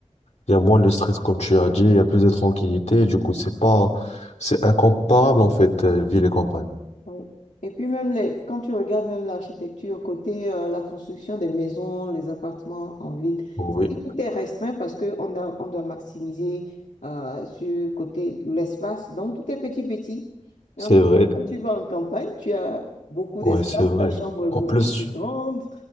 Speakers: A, on the left; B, on the left.
A: Il y a moins de stress, comme tu as dit, il y a plus de tranquillité. Du coup, c'est pas, c'est incomparable, en fait, euh, ville et campagne.
B: Oui. Et puis même les, quand tu regardes même l'architecture, côté euh, la construction des maisons, les appartements en ville,
A: Oui,
B: c'est vrai tout est restreint parce que on a, on doit maximiser euh, sur côté l'espace. Donc tout est petit petit. et
A: c'est
B: Quand tu,
A: vrai.
B: quand tu vas en campagne, tu as beaucoup
A: Ouais,
B: d'espace,
A: c'est vrai.
B: ta chambre est
A: En
B: beaucoup
A: plus,
B: plus
A: tu-
B: grande.